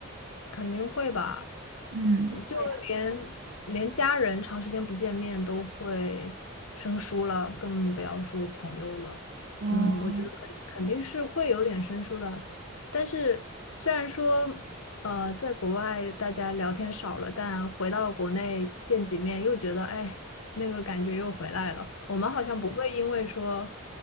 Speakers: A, on the left; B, on the right.
A: 肯定会吧。
B: 嗯，会啊，
A: 就连连家人长时间不见面都会生疏了，更不要说朋友了。
B: 哦，
A: 嗯，我觉得肯肯定是会有点生疏的。但是虽然说，呃，在国外大家聊天少了，但回到国内见几面，又觉得哎，那个感觉又回来了。我们好像不会因为说，